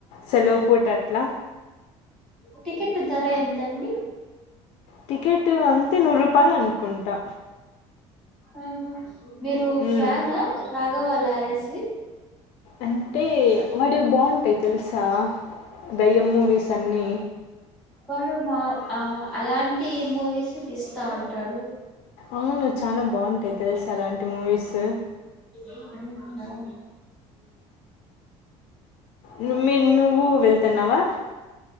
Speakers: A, on the left; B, in the centre.
A: సెలవు పూట అట్లా
B: టికెట్ ధర ఎంతండి
A: టికెట్ అంతే నూరు రూపాయలు అనుకుంటా
B: మ్ హు మీరు
A: ఉమ్.
B: ఫ్యాన్ రాగవాలా ఆరఎసి
A: అంటే వాడి బాగుంటాయి తెలుసా దయ్యం మూవీస్ అన్నీ
B: వారు మా ఆ అలాంటి మూవీస్ తీస్తా ఉంటాడు
A: అవును చానా బాగుంటాయి తెలుసు అలాంటి మూవీస్
B: ఉమ్, అవును
A: ను మీ నువ్వు వెళ్తున్నావా?